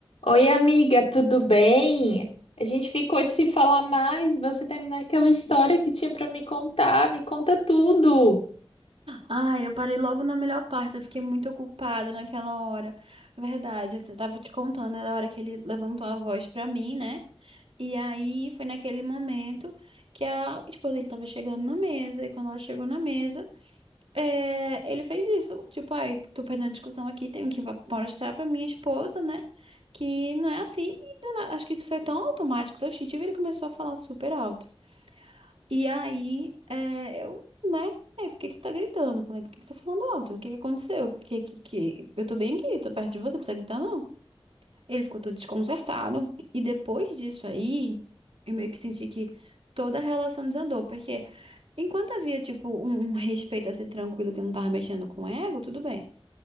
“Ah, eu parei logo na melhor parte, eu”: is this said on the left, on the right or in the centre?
Right